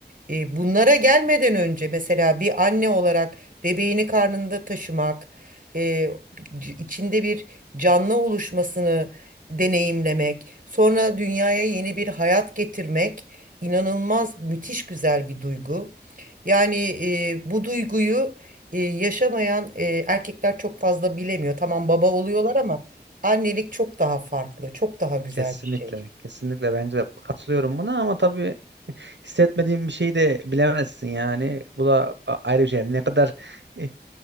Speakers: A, on the right; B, on the right.
A: e, bunlara gelmeden önce mesela bir anne olarak bebeğini karnında taşımak, e, c- içinde bir canlı oluşmasını deneyimlemek, sonra dünyaya yeni bir hayat getirmek inanılmaz müthiş güzel bir duygu. Yani e, bu duyguyu e, yaşamayan e, erkekler çok fazla bilemiyor. Tamam baba oluyorlar ama annelik çok daha farklı, çok daha güzel
B: Kesinlikle,
A: bir şey.
B: kesinlikle bence de katılıyorum buna ama tabii hissetmediğim bir şeyi de bilemezsin yani. Bu da a- ayrı bir şey. Yani ne kadar e,